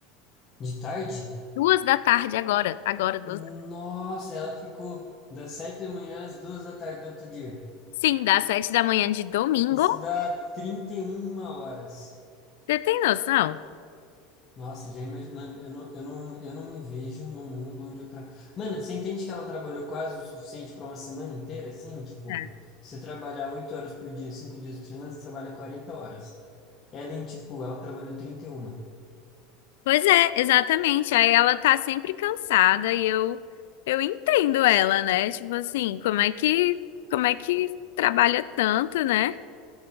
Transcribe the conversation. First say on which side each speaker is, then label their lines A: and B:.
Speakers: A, on the left; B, on the left.
A: de tarde?
B: Duas da tarde agora, agora duas
A: Nossa, ela ficou das sete da manhã às duas da tarde do outro dia.
B: Sim, das sete da manhã de domingo.
A: Isso dá 31 horas.
B: Você tem noção?
A: Nossa, já imagino. Mano, eu não, eu não, eu não me vejo num mundo onde eu tra... Mano, você entende que ela trabalhou quase o suficiente para uma semana inteira, assim? Tipo,
B: É.
A: você trabalhar oito horas por dia, cinco dias por semana, você trabalha 40 horas. Ela, em, tipo, ela trabalhou trinta e uma
B: Pois é, exatamente. Aí ela tá sempre cansada e eu eu entendo ela, né? Tipo assim, como é que como é que trabalha tanto, né?